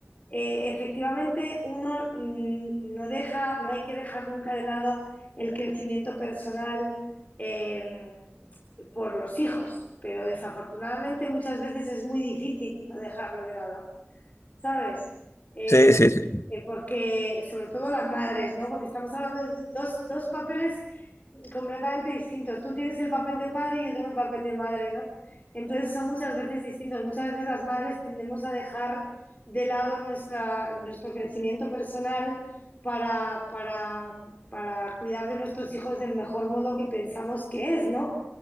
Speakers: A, on the left; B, on the left.
A: Eh, efectivamente, uno mm, no deja, no hay que dejar nunca de lado el crecimiento personal eh, por los hijos, pero desafortunadamente muchas veces es muy difícil no dejarlo de lado, ¿sabes? Eh,
B: Sí, sí, sí.
A: eh, porque, sobre todo las madres, ¿no? Porque estamos hablando de do- dos, dos papeles completamente distintos. Tú tienes el papel de padre y yo tengo el papel de madre, ¿no? Entonces son muchas veces distintos. Muchas veces las madres tendemos a dejar de lado nuestra, nuestro crecimiento personal para, para, para cuidar de nuestros hijos del mejor modo que pensamos que es, ¿no?